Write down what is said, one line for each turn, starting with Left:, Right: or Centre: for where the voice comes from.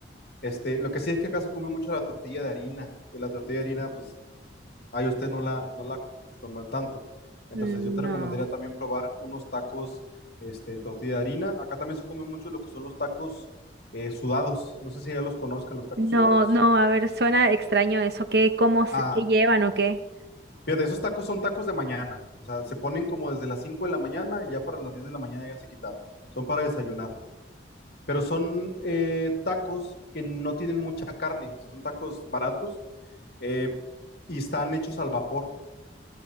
Left: Este, lo que sí es que acá se come mucho la tortilla de harina, que la tortilla de harina, pues Ay, usted no la, no la acostumbran tanto. Entonces,
Right: no.
Left: yo te recomendaría también probar unos tacos este, en tortilla de harina. Acá también se come mucho lo que son los tacos eh, sudados. No sé si ya los conozcan, los tacos
Right: No,
Left: sudados.
Right: no, a ver, suena extraño eso. ¿Qué, cómo,
Left: Ah,
Right: se- qué llevan o qué?
Left: fíjate, esos tacos son tacos de mañana. O sea, se ponen como desde las 5 de la mañana y ya para las 10 de la mañana ya se quitaron. Son para desayunar. Pero son eh, tacos que no tienen mucha carne. O sea, son tacos baratos eh, y están hechos al vapor.